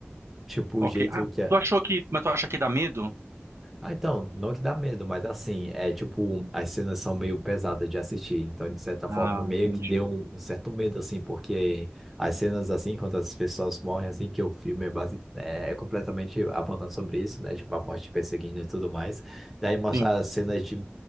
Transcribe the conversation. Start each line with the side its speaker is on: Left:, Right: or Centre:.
Centre: Tipo,
Right: ok.
Centre: o jeito
Right: Ah,
Centre: que a-
Right: tu achou que, mas tu acha que dá medo?
Centre: ah, então, não que dá medo, mas assim, é tipo, as cenas são meio pesadas de assistir, então de certa
Right: Ah,
Centre: forma meio
Right: entendi.
Centre: que deu um, um certo medo, assim, porque as cenas assim, quando as pessoas morrem, assim, que o filme é, base- é completamente apontando sobre isso, né, tipo, a morte perseguindo e tudo mais, daí mostra
Right: Sim.
Centre: as cenas de